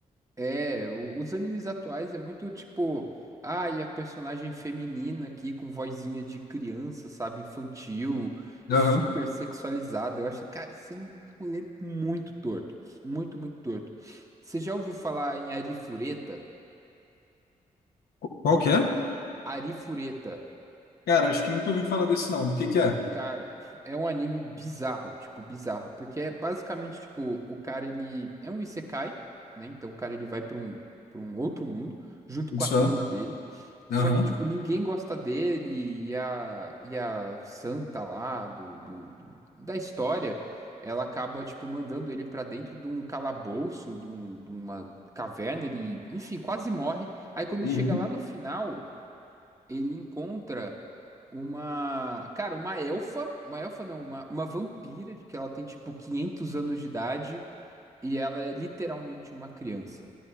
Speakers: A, on the right (about 20°); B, on the left (about 75°).
A: É, o- os animes atuais é muito tipo, ah, e a personagem feminina aqui com vozinha de criança, sabe, infantil, super
B: Aham.
A: sexualizada. Eu acho, cara, isso é um rolê é muito torto, muito, muito torto. Você já ouviu falar em Arifureta?
B: Qual que é?
A: Arifureta.
B: Cara, acho que nunca ouvi falar desse não. Do que que é?
A: Cara, é um anime bizarro, tipo, bizarro, porque é basicamente, tipo, o cara, ele é um isekai, né? Então o cara, ele vai pra um, pra um outro mundo, junto
B: Isso
A: com a turma
B: é?
A: dele, só
B: Aham.
A: que, tipo, ninguém gosta dele, e a, e a santa lá do, do, do- da história, ela acaba, tipo, mandando ele pra dentro de um calabouço, de, um- de uma caverna, ele, enfim, quase morre, aí quando ele
B: Uhum.
A: chega lá no final, ele encontra uma. Cara, uma elfa. Uma elfa não, uma, uma vampira, de que ela tem tipo 500 anos de idade e ela é literalmente uma criança.